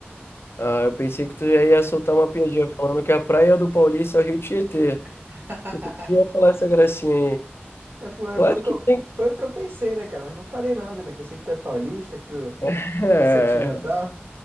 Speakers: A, on the left (about 70°); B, on the right (about 70°).
A: Ah, eu pensei que tu já ia soltar uma piadinha falando que a praia do Paulista é o Rio Tietê.
B: <laughs>
A: Pensei que tu ia falar essa gracinha aí.
B: É, Foi,
A: Claro
B: foi o que
A: que
B: eu,
A: tem.
B: foi o que eu pensei, né, cara? Mas não falei nada, né? Que eu sei que tu é paulista, que tu
A: <laughs> É,
B: é sentimental.